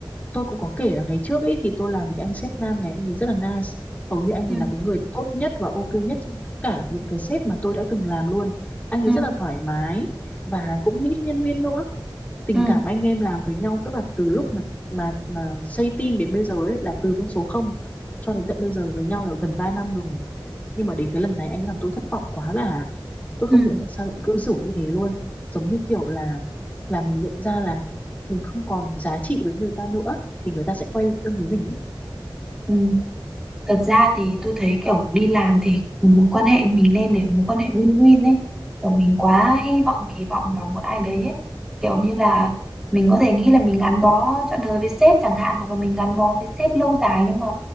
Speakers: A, on the left (about 15°); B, in the centre.
A: tôi cũng có kể là ngày trước ấy thì tôi làm với cái anh sếp nam này anh ấy rất là nice hầu như anh
B: ừ,
A: ấy là cái người tốt nhất và ok nhất trong tất cả những cái sếp mà tôi đã từng làm luôn anh
B: ừ,
A: ấy rất là thoải mái và cũng nghĩ cho nhân viên nữa tình
B: ừ,
A: cảm anh em làm với nhau tức là từ lúc mà mà mà xây team đến bây giờ ấy là từ con số không cho đến tận bây giờ với nhau là gần 3 năm rồi nhưng mà đến cái lần này anh làm tôi thất vọng quá là tôi
B: ừ.
A: không hiểu tại sao lại cư xử như thế luôn giống như kiểu là là mình nhận ra là mình không còn giá trị với người ta nữa thì người ta sẽ quay lưng với mình ý.
B: ừ. Thật ra thì tôi thấy kiểu đi làm thì mối quan hệ mình nên để mối quan hệ win-win ấy kiểu mình quá hy vọng kỳ vọng vào một ai đấy ấy. kiểu như là mình có thể nghĩ là mình gắn bó trọn đời với sếp chẳng hạn hoặc là mình gắn bó với sếp lâu dài nhưng mà